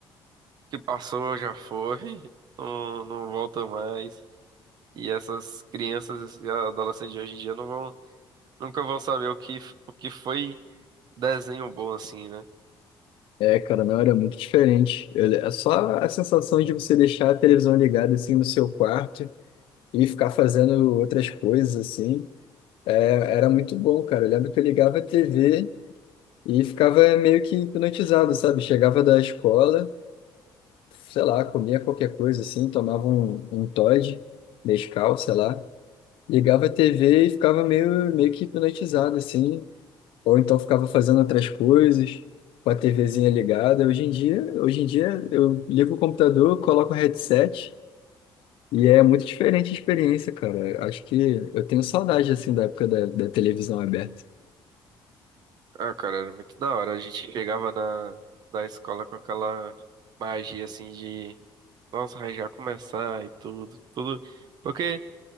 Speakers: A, on the right; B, on the left.
A: o que passou já foi, <laughs> não, não volta mais. E essas crianças e adolescentes de hoje em dia não vão, nunca vão saber o que, f- o que foi desenho bom assim, né?
B: É, cara, não, era muito diferente. Eu- É só a sensação de você deixar a televisão ligada assim no seu quarto e ficar fazendo outras coisas assim. É, era muito bom, cara. Eu lembro que eu ligava a TV e ficava meio que hipnotizado, sabe? Chegava da escola, sei lá, comia qualquer coisa assim, tomava um, um Toddy, Nescau, sei lá. Ligava a TV e ficava meio, meio que hipnotizado assim. Ou então ficava fazendo outras coisas, com a TVzinha ligada. Hoje em dia, hoje em dia eu ligo o computador, coloco o headset e é muito diferente a experiência, cara. Acho que eu tenho saudade assim da época da, da televisão aberta.
A: Ah, cara, era muito da hora. A gente chegava na, da escola com aquela magia assim de, nossa, vai já começar e tudo, tudo. Porque